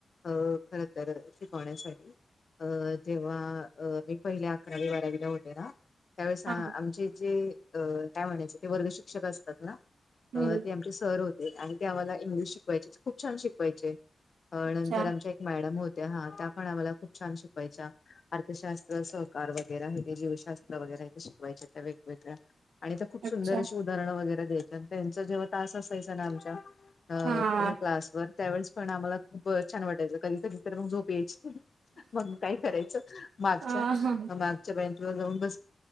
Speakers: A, on the left; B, on the right.
A: अ खर तर शिकवण्यासाठी. अ जेव्हा मी पहिल्या अकरावी बारावीला होते ना. त्यावेळेस आमचे
B: हा
A: जे अ काय म्हणायचं ते वर्ग शिक्षक असतात ना.
B: हम्म
A: अ ते आमचे सर होते आणि ते आम्हाला इंग्लिश शिकवायचे खूप छान शिकवायचे.
B: अच्छा
A: नंतर आमच्या एक मॅडम होत्या हा त्या पण आम्हाला खूप छान शिकवायच्या. अर्थशास्त्र सहकार वगैरे हे ते जीवशास्त्र वगैरे हे ते शिकवायचे त्या वेगवेगळ्या. आणि त्या खूप
B: अच्छा
A: सुंदर अशी उदाहरणं वगैरे द्यायची त्यांचा जेव्हा तास असायचा ना आमच्या. अ
B: हा
A: त्या क्लासवरर त्यावेळेस पण आम्हाला खूप छान वाटायचं कधी कधी तर मग झोप यायची. मग काय करायचं मागच्या
B: हा
A: माग. व जा ब